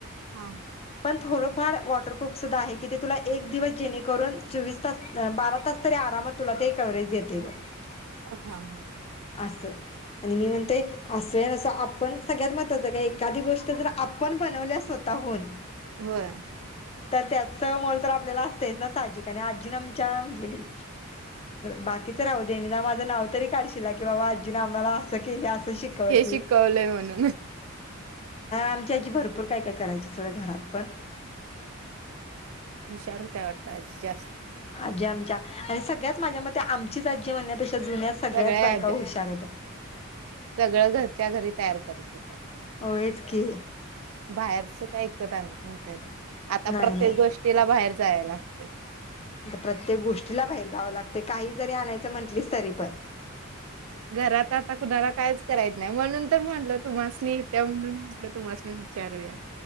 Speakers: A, on the right (about 80°); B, on the left (about 30°).
A: हां.
B: पणं थोडंफार वॉटरप्रुफ सुद्धां आहे की. की ते तुलां एक दिवसं जेणेकरूंन चोवीस तास बारा तास तरी आरामांत तुलां ते कव्हंरेज देते ब हो.
A: पुन्हां
B: आसं आणि मी म्हणतोय असोय नं असं आपणं सगळ्यांत महत्वाचं कां एखादी गोष्टं जरं आपणं बनवल्यां स्वंतः स्वंतःहूंन
A: होयं
B: तरं त्याचं मोलं तरं आपल्यांला असतंच नां सहाजिक आणि आजीनं आमच्यां म्हटलेली बाकीचं राहूंदे निदांन माझं नांव तरी कांढ कि तिनं बाबां आजीने आम्हांला असं केली असं शिकवले
A: हे शिकवलंय
B: आहे
A: म्हणून
B: आमच्यां आजी भरंपूर कायं कायं करायची सगळं घरांत पणं
A: हुंशार होत्यां वाटंतात आजी जास्तं
B: आजी आमच्या आणि सगळ्यांचं माझ्यां मते आमचीच आजी म्हणण्यांपेक्षा जुन्यां सगळ्यांचं
A: सगळ्या
B: बायकां
A: आज्या
B: हुशार होत्यां
A: सगळं घरच्यां घरी तयार करतं होत्यां
B: होयं चं की
A: बाहेरचं कायं विकतं आणतं नव्हत्यां त्यां आंता
B: नाही
A: प्रत्येक
B: नाही.
A: गोष्टींला बाहेर जायांय लागते
B: प्रत्येक गोष्टीलां बाहेर जावं लागते कांहीं जरी आणायचं म्हंटलीस तरी पणं
A: घरांत आंता कुणांला कायं चं करांय नाहीं म्हणूंन तरं म्हटलं तुम्हांसनी मी य त्यां म्हणूंन म्हटलं तुम्हांसनी मी विचारूं यां